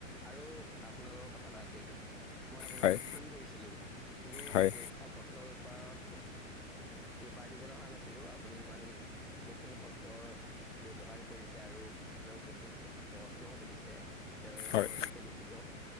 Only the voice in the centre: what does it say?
আৰু আপোনালোকৰ কথা এটা আছিল। মই আপোনালৈ
ফোন কৰিছিলোঁ। কোনো
পৰীক্ষা প্ৰশ্ন পেপাৰত পেপাৰ দিবলৈ অহা নাছিলোঁ আপুনি ইমান কঠিন শব্দৰ ব্যৱহাৰ কৰিছে আৰু ইমান কঠিন ন সুধিছে তেওঁ
অতিকৈ দুঃখিত।